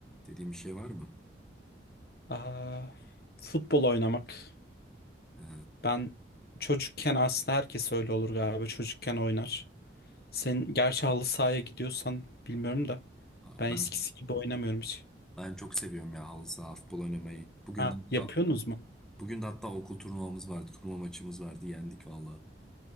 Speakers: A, in the centre; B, on the left.
A: dediğim bir şey var mı?
B: Aa, futbol oynamak.
A: He.
B: Ben çocukken aslında herkes öyle olur galiba. Çocukken oynar. Sen gerçi halı sahaya gidiyorsan bilmiyorum da. Ben
A: Ben
B: eskisi gibi oynamıyorum hiç.
A: ben çok seviyorum ya halı saha, futbol oynamayı. Bugün
B: Ha,
A: de hatta
B: yapıyorsunuz mu?
A: bugün de hatta okul turnuvamız vardı. Turnuva maçımız vardı. Yendik valla.